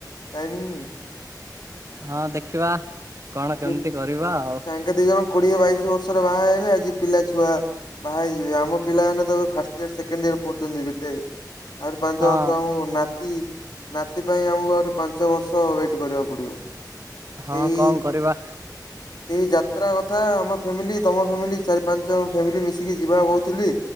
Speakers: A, on the left; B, on the right.
A: ଟାଇମିଂ।
B: ହଁ ଦେଖିବା କଣ
A: ସିଏ
B: କେମିତି କରିବା ଆଉ।
A: ତାଙ୍କେ ଦି ଜଣ କୋଡିଏ ବାଇଶି ବର୍ଷରେ ବାହା ହେଲେ ଆଜି ପିଲା ଛୁଆ ବାହା ହେଇଯିବେ ଆମ ପିଲାମାନେ ତ ଫାଷ୍ଟ ଇୟର୍ ସେକେଣ୍ଡ୍ ଇୟର୍ ପଢୁଛନ୍ତି ବି ଟେକ୍। ଆଉରି ପାଞ୍ଚ
B: ହଁ
A: ବର୍ଷ ଆମକୁ ନା ତି ନାତି ପାଇଁ ଆମକୁ ଆଉରି ପାଞ୍ଚ ବର୍ଷ ୱେଟ୍ କରିବାକୁ ପଡିବ।
B: ହଁ
A: ସେଇ
B: କଣ କରିବା।
A: ସେଇ ଯାତ୍ରା କଥା ଆମ ଫ୍ୟାମିଲି ତୋମ ଫ୍ୟାମିଲି ଚାରି ପାଞ୍ଚ ଜଣ ଫ୍ୟାମିଲି ମିଶିକି ଯିବା କହୁଥିଲି।